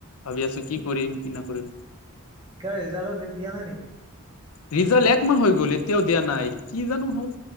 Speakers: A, on the left (about 80°); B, on the right (about 20°).
A: ভাবি আছো কি কৰিম কি নকৰিম।
B: কিয় ৰিজালৰ ডেট দিয়া নাই নিকি
A: ৰিজাল একমাহ হৈ গ'ল এতিয়াও দিয়া নাই কি জানো হ'ল।